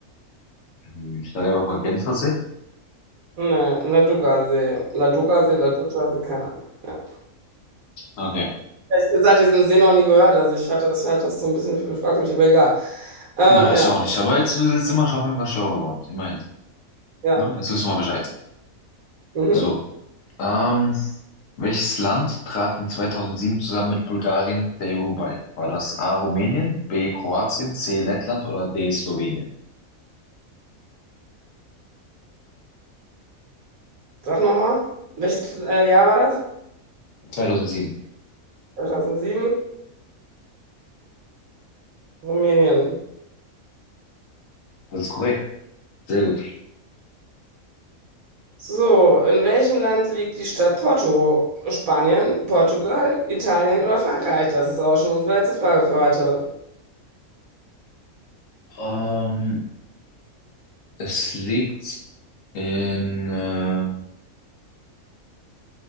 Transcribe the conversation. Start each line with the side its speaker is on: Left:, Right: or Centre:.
Left: Hm, Ich war ja auch mal Genfersee.
Right: Ne, Ladoga See. Ladoga See, Ladoga See, keine Ahnung. Ja.
Left: Okay.
Right: Ehrlich gesagt, diesen See noch nie gehört. Also ich halte das, halte das so ein bisschen für fragwürdig, aber egal. Ähm,
Left: Na,
Right: ja,
Left: ich auch nicht. Aber jetzt, jetzt sind wir schon auf jeden Fall schlau geworden. Immerhin.
Right: ja.
Left: Ne? Jetzt wissen wir Bescheid.
Right: Mhm.
Left: So, ähm, welches Land trat in 2007 zusammen mit Bulgarien der EU bei? War das A. Rumänien, B. Kroatien, C. Lettland oder D. Slowenien?
Right: Sag nochmal. Welches äh, Jahr war das?
Left: 2007.
Right: 2007, Rumänien.
Left: Das ist korrekt. Sehr gut.
Right: So, in welchem Land liegt die Stadt Porto? Spanien, Portugal, Italien oder Frankreich? Das ist auch schon unsere letzte Frage für heute.
Left: Ähm, es liegt in, äh,